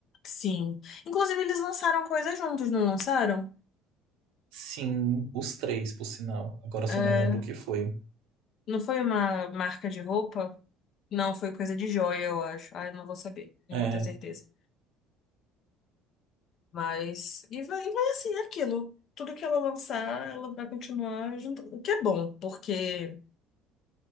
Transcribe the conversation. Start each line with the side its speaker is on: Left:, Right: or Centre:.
Left: sim. Inclusive, eles lançaram coisas juntos, não lançaram?
Right: Sim, os três, por sinal. Agora eu
Left: É,
Right: só não lembro o que foi.
Left: não foi uma marca de roupa? Não, foi coisa de joia, eu acho. Ah, eu não vou saber, não
Right: É,
Left: vou ter certeza. Mas. E vai, e vai assim, é aquilo. Tudo que ela lançar, ela vai continuar junto. O que é bom, porque.